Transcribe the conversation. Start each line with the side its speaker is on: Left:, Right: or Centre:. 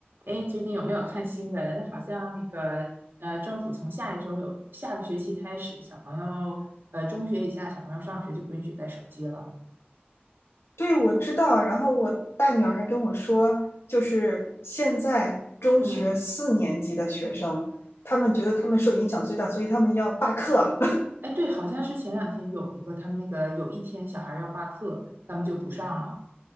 Right: 哎，最近有没有看新闻？好像那个呃，政府从下一周有下个学期开始，小朋友呃，中学以下小朋友上学就不允许带手机了。
Left: 对，我知道。然后我大女儿还跟我说，就是现在中学四年级的学生，
Right: 嗯，
Left: 他们觉得他们受影响最大，所以他们要罢课。
Right: 哎，对，好像是前两天有一个他们那个有一天小孩要罢课，他们就不上了，